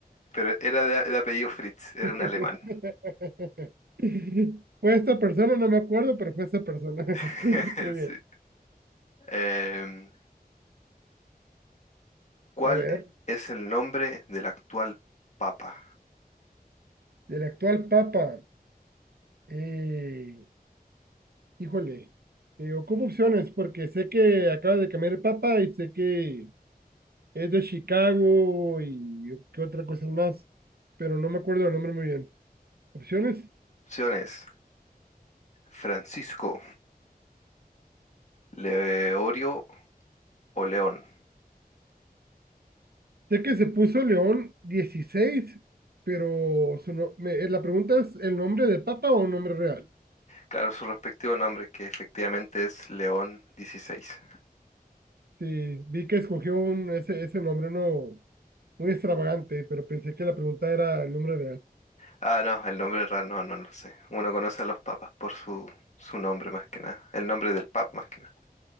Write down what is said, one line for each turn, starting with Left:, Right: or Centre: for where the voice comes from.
Left: pero era de, de apellido Fritz, era
Right: <laughs>
Left: un alemán.
Right: Fue esta persona, no me acuerdo, pero fue esta persona.
Left: <laughs>
Right: <laughs> Muy
Left: Sí.
Right: bien.
Left: Em, ¿cuál
Right: A ver,
Left: es el nombre del actual papa?
Right: del actual Papa. eh, híjole, eh, ocupo opciones porque sé que acaba de cambiar el Papa y sé que es de Chicago y qué otra cosa más, pero no me acuerdo el nombre muy bien. ¿Opciones?
Left: Opciones, Francisco, Leorio o León.
Right: Sé que se puso León dieciséis pero su no- me- eh, la pregunta es, ¿el nombre de Papa o un nombre real?
Left: Claro, su respectivo nombre, que efectivamente es León dieciséis
Right: Sí, vi que escogió un, ese, ese nombre no muy extravagante, pero pensé que la pregunta era el nombre real.
Left: Ah, no, el nombre real no, no lo sé. Uno conoce a los papas por su, su nombre más que nada, el nombre del papa más que nada.